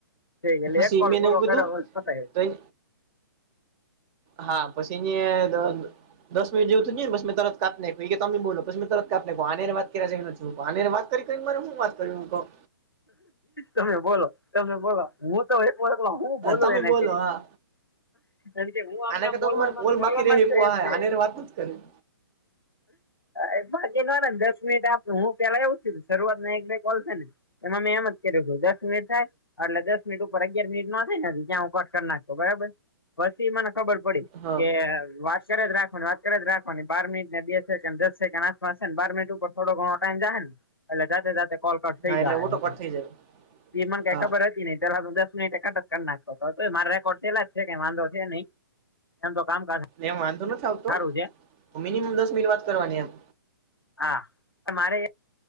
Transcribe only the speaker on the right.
પછી
મે એને
એવું કીધું
તઈ હા પછી ન્યા <inaudible> દસ મિનીટ જેવું થઈ ગયું ને પછી મેં તરત કાપી નાખ્યો ઈકે તમે બોલો પછી મેં તરત કાપી નાખ્યું આની હારે વાત કર્યા જેવું નથી. મું કઉં આની હારે વાત કરી કરી ને મારે હું વાત કરવી હું કઉં.
તમે
બોલો
હા
આના
કરતા
મારે કોલ
બાકી રે
આને
વાત નથી કરી
હા
હા એટલે
ઓટો
કટ
થઈ જાય
હા
એમ વાંધો નથી આવતો,
પણ મિનિમમ દસ મિનિટ વાત કરવાની એમ.